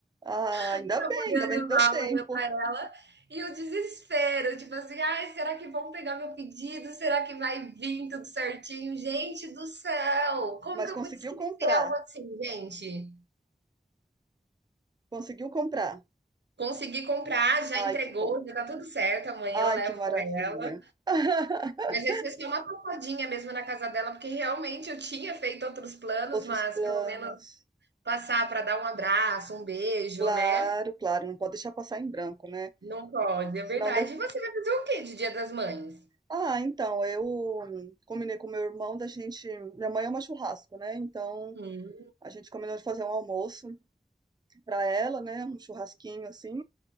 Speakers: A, on the right; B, on the right.
A: Ah, ainda
B: para
A: bem,
B: poder
A: ainda bem
B: levar
A: que deu tempo.
B: amanhã para ela, e o desespero, tipo assim: "Ai, será que vão pegar meu pedido? Será que vai vir tudo certinho?". Gente do céu, como
A: Mas
B: que
A: conseguiu
B: eu pude esquecer
A: comprar,
B: algo assim, gente?
A: conseguiu comprar.
B: Consegui comprar, já
A: Ai,
B: entregou,
A: que bom.
B: já tá tudo certo, amanhã
A: Ai,
B: eu levo
A: que maravilha.
B: para ela.
A: <laughs>
B: Mas esse é só uma passadinha mesmo na casa dela, porque realmente eu tinha feito outros planos,
A: Outros
B: mas
A: planos.
B: pelo menos passar para dar um abraço, um beijo,
A: Claro,
B: né?
A: claro, não pode deixar passar em branco, né?
B: Não pode, é
A: Senão
B: verdade.
A: deu...
B: E você vai fazer o quê de Dia das Mães?
A: Ah, então, eu combinei com meu irmão da gente. Minha mãe ama churrasco, né? Então,
B: Hum.
A: a gente combinou de fazer um almoço pra ela, né? Um churrasquinho assim.